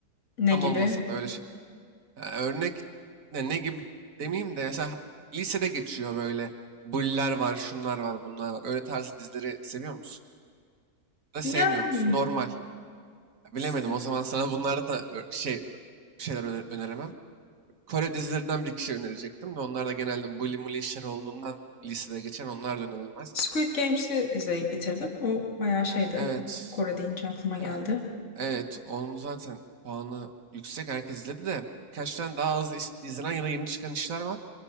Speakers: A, on the left; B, on the right.
A: ne
B: Tam
A: gibi?
B: olmasa da öyle şey. Ya örnek ne, ne gibi demeyeyim de mesela lisede geçiyor böyle. Bulliler var, şunlar var, bunlar var. Öyle tarzı dizileri seviyor musun? Da sevmiyor
A: Yani
B: musun? Normal. Ya bilemedim.
A: s-
B: O zaman sana bunlarda da ö- şey ö- bir şeyler öne- öneremem. Kore dizilerinden bir iki şey önerecektim de onlar da genelde bully mully işler olduğundan lisede geçen onlar da önerilmez.
A: Squid Games'i izleyip bitirdim. O bayağı şeydi.
B: Evet.
A: Kore deyince aklıma geldi.
B: Ya, Evet, onun zaten puanı yüksek herkes izledi de birkaç tane daha az iz- izlenen ya da yeni çıkan işler var.